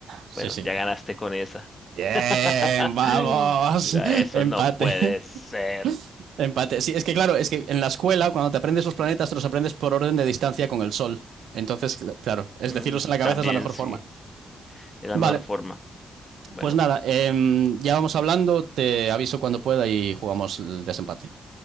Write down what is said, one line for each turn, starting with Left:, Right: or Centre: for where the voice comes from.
Right: Sí,
Left: Bueno,
Right: sí.
Left: ya ganaste con esa.
Right: Bien,
Left: <laughs>
Right: vamos.
Left: Mira,
Right: <laughs>
Left: eso
Right: Empate,
Left: no puede
Right: <laughs>
Left: ser.
Right: empate. Sí, es que claro, es que en la escuela, cuando te aprendes los planetas, te los aprendes por orden de distancia con el Sol. Entonces, cl- claro, es
Left: Mm,
Right: decirlos en la cabeza
Left: también
Right: es la mejor
Left: sí.
Right: forma.
Left: Es la
Right: Vale.
Left: mejor forma. Bueno,
Right: Pues nada, em, ya vamos hablando, te aviso cuando pueda y jugamos el desempate.